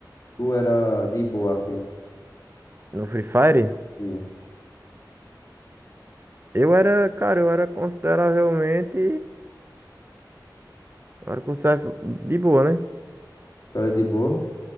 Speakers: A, on the left; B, on the right.
A: tu era de boa assim?
B: No Free Fire,
A: Sim.
B: eu era, cara, eu era consideravelmente, eu era considerável de boa, né?
A: Tu era de boa?